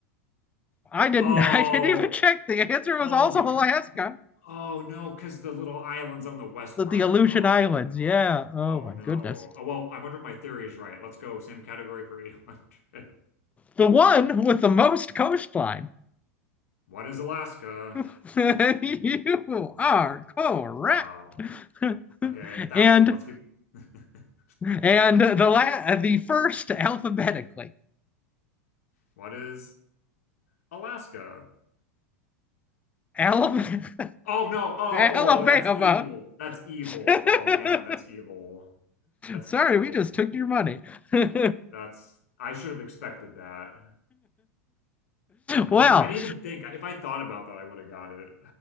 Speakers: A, on the left (about 15°); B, on the left (about 75°).
A: I didn't,
B: Oh,
A: <laughs> I didn't even check. The answer was
B: Oh,
A: also
B: because
A: Alaska.
B: be, oh no, because the little island's on the west
A: The,
B: part.
A: the Aleutian
B: Oh
A: Islands.
B: no.
A: Yeah. Oh
B: Oh
A: my
B: no.
A: goodness.
B: Oh well, I wonder if my theory is right. Let's go. Same category for 800. <laughs>
A: The one with the most coastline.
B: What is Alaska?
A: <laughs> you are correct.
B: Wow.
A: <laughs>
B: Okay, 1000.
A: and
B: Let's keep <laughs>
A: and the la- the first alphabetically.
B: What is Alaska?
A: Alabama.
B: Oh no.
A: <laughs>
B: Oh,
A: Alabama.
B: oh, that's evil. That's evil.
A: <laughs>
B: Oh man, that's evil. That's
A: Sorry,
B: evil.
A: we just took your money. <laughs>
B: That's I should have expected that. I
A: well,
B: didn't I didn't even think. If I thought about that, I would have got it.